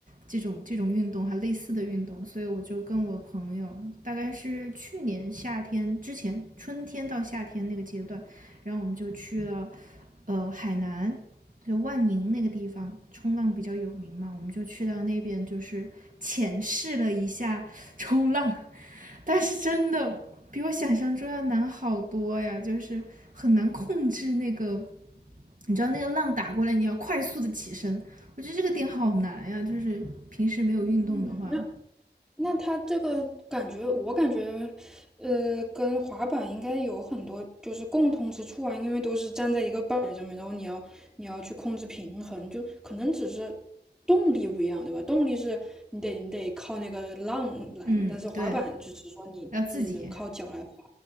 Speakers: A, on the right; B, in the centre.
A: 这种、这种运动，还类似的运动。所以我就跟我朋友，大概是去年夏天之前，春天到夏天那个阶段，然后我们就去了，呃，海南。就万宁那个地方冲浪比较有名嘛，我们就去到那边，就是浅试了一下冲浪，<laughs> 但是真的比我想象中要难好多呀，就是很难控制那个，你知道那个浪打过来，你要快速的起身，我觉得这个点好难呀，就是平时没有运动的话，
B: 嗯，那那它这个感觉，我感觉，呃，跟滑板应该有很多就是共通之处啊，因为都是站在一个板儿上面，然后你要你要去控制平衡，就可能只是动力不一样，对吧？动力是你得你得靠那个浪来嘛，
A: 嗯，
B: 但是滑板就只是说你自己人靠脚来滑。
A: 对，要自己